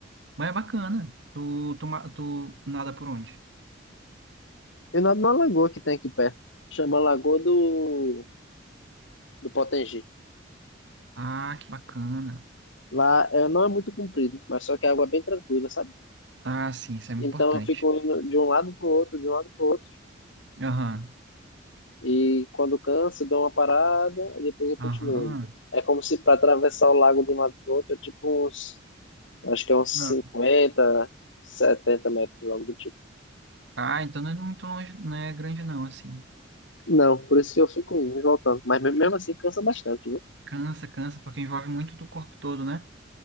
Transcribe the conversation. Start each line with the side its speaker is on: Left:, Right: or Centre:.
Right: Mas é bacana. Tu, tu, ma- tu nada por onde?
Left: Eu nado numa lagoa que tem aqui perto. Chama Lagoa do, do Potengi.
Right: Ah, que bacana.
Left: Lá é, não é muito comprido, mas só que a água é bem tranquila, sabe?
Right: Ah, sim, isso é importante.
Left: Então eu fico indo de um lado pro outro, de um lado pro outro.
Right: Aham,
Left: E quando canso, dou uma parada e depois eu continuo.
Right: aham.
Left: É como se para atravessar o lago de um lado para outro, é tipo uns, acho que é uns
Right: Ah,
Left: cinquenta setenta metros, algo do tipo.
Right: Ah, então não é muito longe, não é grande não, assim.
Left: Não, por isso que eu fico indo e voltando. Mas me- mesmo assim cansa bastante, viu?
Right: Cansa, cansa, porque envolve muito do corpo todo, né?